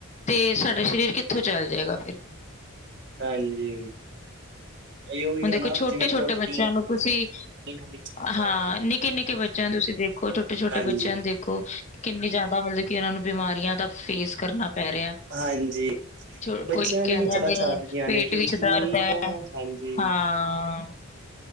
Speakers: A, on the left; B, on the right.
A: ਤੇ ਸਾਡਾ ਸਰੀਰ ਕਿੱਥੋਂ ਚੱਲ ਜੇਗਾ ਫਿਰ।
B: ਹਾਂਜੀ ਇਹ ਉਹੀ
A: ਹੁਣ
B: ਹੈ
A: ਦੇਖੋ
B: ਨਾ
A: ਛੋਟੇ-ਛੋਟੇ
B: ਜਿਵੇਂ ਪ੍ਰੋਟੀਨ
A: ਬੱਚਿਆਂ ਨੂੰ ਤੁਸੀਂ
B: ਵਾਲੀ ਚੀਜ਼ਾਂ
A: ਹਾਂ ਨਿੱਕੇ- ਨਿੱਕੇ ਬੱਚਿਆਂ ਨੂੰ ਤੁਸੀਂ ਦੇ ਕੋਈ ਛੋਟੇ ਛੋਟੇ
B: ਹਾਂਜੀ
A: ਬੱਚਿਆਂ ਨੂੰ ਦੇ ਖੋ ਕਿੰਨੀ ਜਿਆਦਾ ਮਤਲਬ ਕਿ ਓਨਾਂ ਨੂੰ ਬਿਮਾਰੀਆਂ ਦਾ ਫੇਸ ਕਰਨਾ ਪੈ ਰਿਆ।
B: ਹਾਂਜੀ
A: ਚਲੋ
B: ਬੱਚਿਆਂ
A: ਕੋਈ ਕੈ
B: ਨੂੰ ਹੀ ਜ਼ਿਆਦਾ
A: ਦੇਂਦੇ
B: ਚਾੜ ਰਹੀਆਂ
A: ਪੇਟ
B: ਨੇ ਕਿਉਂਕਿ
A: ਵਿੱਚ ਦਰਦ ਐ।
B: ਉਹ ਹਾਂਜੀ
A: ਹਾਂ।